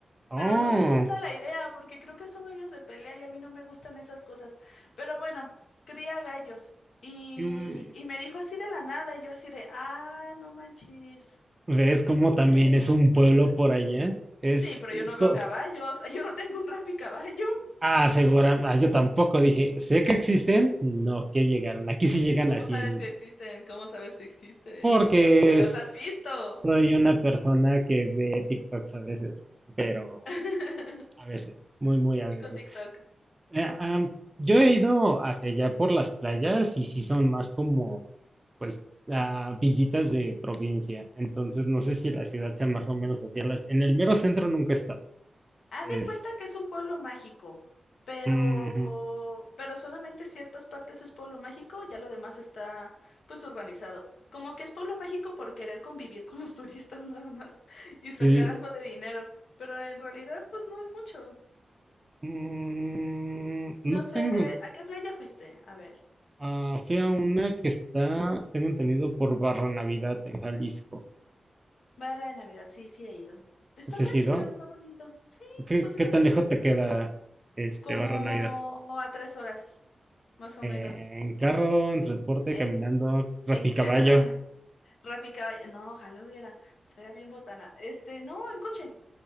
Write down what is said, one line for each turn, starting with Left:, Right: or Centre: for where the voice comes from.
Right: oh,
Left: Pero no me gusta la idea, porque creo que son gallos de pelea y a mí no me gustan esas cosas. Pero bueno, cría gallos. Y,
Right: mm,
Left: y me dijo así de la nada, y yo así de, ah, no manches.
Right: ¿Ves cómo
Left: Ok.
Right: también es un pueblo por allá?
Left: Sí, pero yo no veo
Right: To-
Left: caballos. <laughs> Yo no tengo un caballo
Right: ah, segura, ah, yo tampoco dije, sé que existen, no que llegaron. Aquí sí llegan
Left: ¿Y cómo
Right: así
Left: sabes
Right: en...
Left: que existen? ¿Cómo sabes que existen?
Right: Porque
Left: ¿Por qué? Porque los
Right: es-
Left: has visto.
Right: soy una persona que ve TikToks a veces, pero
Left: <laughs>
Right: a veces, muy, muy a
Left: Chico
Right: veces.
Left: TikTok.
Right: Eh, am, yo he ido hacia allá por las playas y sí son más como, pues, ah, villitas de provincia. Entonces no sé si la ciudad sea más o menos así. En las- en el mero centro nunca he estado.
Left: Haz
Right: Es...
Left: de cuenta que es un pueblo mágico, pero,
Right: ujú.
Left: o- pero solamente ciertas partes es pueblo mágico, ya lo demás está pues urbanizado. Como que es pueblo mágico por querer convivir con los <laughs> turistas nada más y sacar
Right: Sí,
Left: algo de dinero, pero en realidad pues no es mucho.
Right: Mm,
Left: No
Right: no
Left: sé,
Right: tengo.
Left: ¿a qué playa fuiste? A ver,
Right: Ah, fui a una que está, tengo entendido, por Barra Navidad en Jalisco.
Left: Barra de Navidad, sí, sí he ido. Está
Right: ¿Ese
Left: tranquilo,
Right: sí, no?
Left: está bonito. Sí,
Right: ¿Qué,
Left: pues está
Right: qué tan
Left: cerquita.
Right: lejos te queda este
Left: Como
Right: Barra Navidad?
Left: a tres horas, más o
Right: Eh,
Left: menos.
Right: ¿en carro, en transporte,
Left: Eh,
Right: caminando, rapicaballo?
Left: en... <laughs> Rappi caballo. No, ojalá hubiera. Sería bien botana. Este, no, en coche.